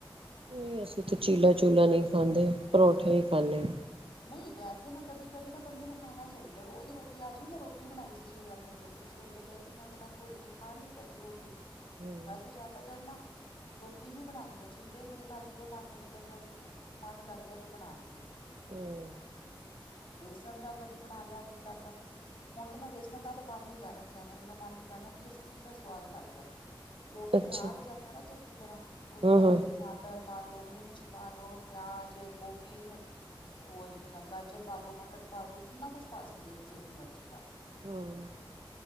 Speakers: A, on the right; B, on the left.
A: ਨਹੀਂ ਅਸੀਂ ਤਾਂ ਚੀਲਾ ਚੂਲਾ ਨਹੀਂ ਖਾਂਦੇ ਪਰੌਂਠੇ ਹੀ ਖਾਂਦੇ ਹਾਂ।
B: ਨਹੀਂ ਵੈਸੇ ਨਾ ਕਦੀ ਕਦੀ ਨਾ ਬੰਦੇ ਨੂੰ ਖਾਣਾ ਚਾਹੀਦਾ। ਤੇ ਰੋਜ਼ ਰੋਟੀ ਅੱਜ ਵੀ ਮੈਂ ਰੋਟੀ ਰੋਜ ਰੋਟੀ ਅੱਜ ਵੀ ਰੋਟੀ ਬਣਾਈ ਸੀ ਸਵੇਰੇ ਆਪਣੇ ਜੋਗੀ ਚ ਛੋਲੇ ਪਏ ਸੀ ਮੈਂ ਉਹਦੇ ਨਾਲ ਖਾ ਲਈ ਇੱਕ ਅੱਧੀ ਰੋਟੀ
A: ਹੂੰ
B: ਵੈਸੇ ਜ਼ਿਆਦਾ ਤਰ ਨਾ ਰੋਟੀ ਹੀ ਬਣਾਉਂਦੀ ਆ ਚੀਲੇ ਮੇਰੇ ਘਰ ਜਦੋਂ ਬਣਦੇ ਨੇ ਕਈ ਵਾਰ ਜਿਵੇਂ ਮਨ ਕਰ ਗਿਆ ਤੇ ਬਣਾ ਲਿੱਤੇ
A: ਹਮ
B: ਬੇਸਨ ਦਾ ਕਦੀ ਬਣਾ ਲਿਆ ਦਿਲ ਕਰਦਾ ਹੁਣ ਤੇ ਮੈਂ ਵੇਸਣ ਦਾ ਤੇ ਬੰਦ ਹੀ ਹੁਣ ਤੇ ਮੈਂ ਬੇਸਣ ਦਾ ਬੰਦ ਕਰ ਰੱਖਿਆ ਮੇਰਾ ਮਨ ਨੀ ਕਰਦਾ ਮੈਨੂੰ ਤੇ ਸੂਜੀ ਦਾ ਸਵਾਦ ਲੱਗਦਾ ਹੈ ਕਿਉਂਕਿ
A: ਅੱਛਾ
B: ਉਹ ਰਾੜ ਜਾਂਦਾ ਨਾ ਚੰਗੀ ਤਰ੍ਹਾਂ ਉਹਦੇ
A: ਹਾਂ
B: ਦਾ ਨਾਲ
A: ਹਾਂ
B: ਨਾਲੇ ਟਮਾਟਰ ਪਾ ਲਓ ਮਿਰਚ ਪਾ ਲਓ ਪਿਆਜ ਗੋਭੀ ਉਹਰ ਕੀ ਨ ਗਾਜਰ ਪਾ ਦੋ ਗਾਜਰ ਪਾ ਦੋ ਮਟਰ ਪਾ ਦੋ ਕਿੰਨਾ ਕੁਛ ਪਾ ਸਕਦੇ ਹੋ ਤੁਸੀਂ ਆਪਣੀ ਮਰਜ਼ੀ ਦਾ
A: <inaudible>